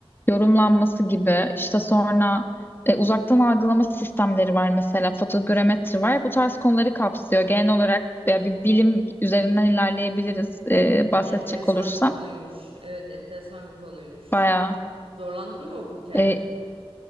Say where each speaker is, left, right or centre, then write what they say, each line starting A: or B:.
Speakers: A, on the left; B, on the right.
A: yorumlanması gibi İşte sonra e, uzaktan algılama sistemleri var mesela fotogrametri var. Bu tarz konuları kapsıyor. Genel olarak ya, bir bilim üzerinden ilerleyebiliriz e, bahsedecek
B: Enteresan
A: olursam.
B: bir konuymuş. Evet enteresan bir konuymuş.
A: Bayağı
B: Zorlandın mı okurken?
A: e,